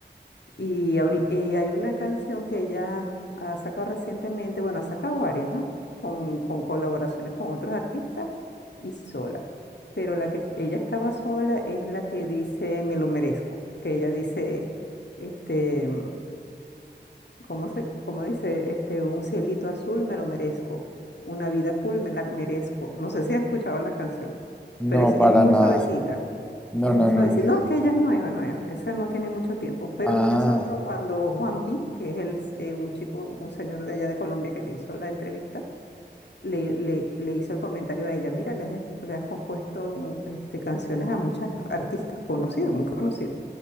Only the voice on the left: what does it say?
Y, ahori- eh, hay una canción que ella ha sacado recientemente, bueno, ha sacado varias, ¿no? Con, con colaboraciones con otros artistas y sola. Pero la que est- ella estaba sola es la que dice Me lo merezco, que ella dice, este, ¿Cómo se, cómo dice? Este, un cielito azul me lo merezco. Una vida cool me la merezco. No sé si has escuchado la canción,
pero es,
es muy
suavecita.
Es
muy suavecita.
No, es que ella es nueva, nueva. Esa no tiene mucho tiempo. Pero
me asombro cuando Juanpi, que es el, s- eh, un chico, un señor de allá de Colombia que le hizo la entrevista, le, le, le hizo el comentario a ella. Mira, le has, es- le has compuesto mu- este, canciones a muchas artistas conocidas, muy conocidas.